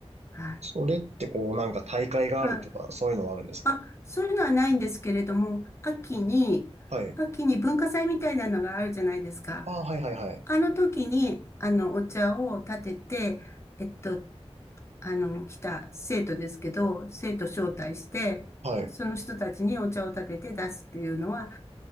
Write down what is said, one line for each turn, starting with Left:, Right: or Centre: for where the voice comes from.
Left: はい。
Right: それってこう、なんか大会があるとか、
Left: はい。
Right: そういうのはあるんですか
Left: あ、そういうのはないんですけれども、秋に、
Right: はい。
Left: 秋に文化祭みたいなのがあるじゃないですか。
Right: ああ、はいはいはい。
Left: あの時に、あの、お茶を立てて、えっと、あの、来た生徒ですけど、生徒招待して、
Right: はい。
Left: その人たちにお茶を立てて出すっていうのは、